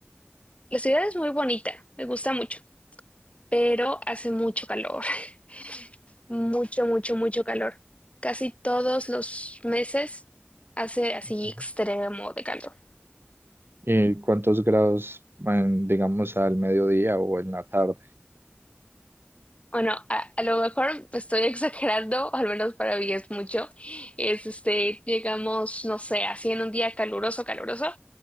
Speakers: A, on the left; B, on the right.
A: La ciudad es muy bonita, me gusta mucho, pero hace mucho calor, <laughs> mucho, mucho, mucho calor. Casi todos los meses hace así
B: Ok.
A: extremo de calor.
B: ¿Y cuántos grados, en, digamos, al mediodía o en la tarde?
A: Bueno, a, a lo mejor estoy <laughs> exagerando, o al menos para mí es mucho. Es este, llegamos, no sé, así en un día caluroso, caluroso,